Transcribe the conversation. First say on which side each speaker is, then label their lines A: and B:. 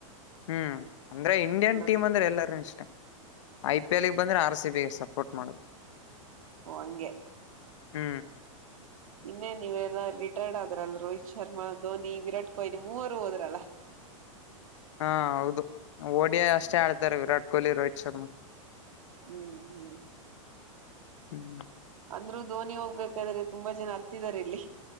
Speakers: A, on the left (about 60°); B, on the right (about 85°).
A: ಹ್ಮ್ ಅಂದ್ರೆ ಇಂಡಿಯನ್
B: ನನ್
A: ಟೀಮ್ ಅಂದ್ರೆ ಎಲ್ಲಾರೂ ಇಷ್ಟಾ ಐ ಪಿ ಎಲ್ಗೆ ಬಂದ್ರೆ ಆರ್ ಸಿ ಬಿ ಸಪೋರ್ಟ್ ಮಾಡುದು.
B: ಓ ಹಂಗೆ
A: ಹ್ಮ್
B: ಇನ್ನೇ ನೀವರೆಲ್ಲಾ ರಿಟೈರ್ಡ್ ಆದ್ರಲ್ಲ ರೋಹಿತ್ ಶರ್ಮಾ, ಧೋನಿ ವಿರಾಟ್ ಕೊಹ್ಲಿ, ಮೂವರು ಹೋದ್ರಲ್ಲ
A: ಹಾ ಹೌದು ಓಡಿಯ ಅಷ್ಟೇ
B: ಹ್ಮ್
A: ಆಡತ್ತಾರೆ ವಿರಾಟ್ ಕೊಹಲಿ ರೋಹಿತತ್ ಶರ್ಮಾ
B: ಹ್ಮ್ ಹ್ಮ್
A: ಹ್ಮ್
B: ಅಂದ್ರು ಧೋನಿ ಹೋಗ್ಬೇಕಾದ್ರೆ ತುಂಬಾ ಜನ ಅತ್ತಿದಾರೆ ಇಲ್ಲಿ